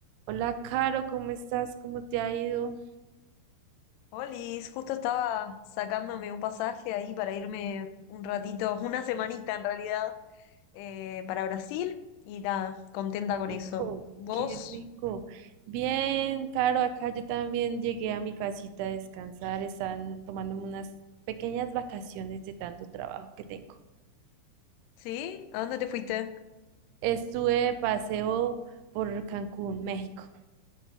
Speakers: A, on the right; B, on the left.
A: Hola, Caro, ¿cómo estás? ¿Cómo te ha ido?
B: Olis, justo estaba sacándome un pasaje ahí para irme un ratito, una semanita en realidad, eh, para Brasil y nada, contenta
A: Qué
B: con
A: rico.
B: eso. ¿Vos?
A: Qué rico. Bien, Caro, acá yo también llegué a mi casita a descansar. Están tomándome unas pequeñas vacaciones de tanto trabajo que tengo.
B: ¿Sí? ¿A dónde te fuiste?
A: Estuve de paseo por Cancún, México.